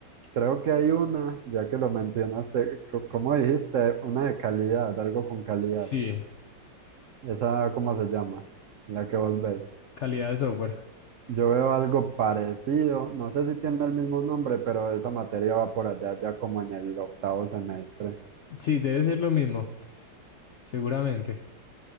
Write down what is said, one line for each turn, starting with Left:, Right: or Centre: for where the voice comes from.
Right: creo que hay una, ya que lo mencionaste, co- ¿cómo dijiste? Una de calidad, algo con calidad.
Left: Sí,
Right: ¿Esa cómo se llama? La que vos ves.
Left: calidad de software.
Right: Yo veo algo parecido, no sé si tiene el mismo nombre, pero esa materia va por allá ya como en el octavo semestre.
Left: Sí, debe ser lo mismo, seguramente.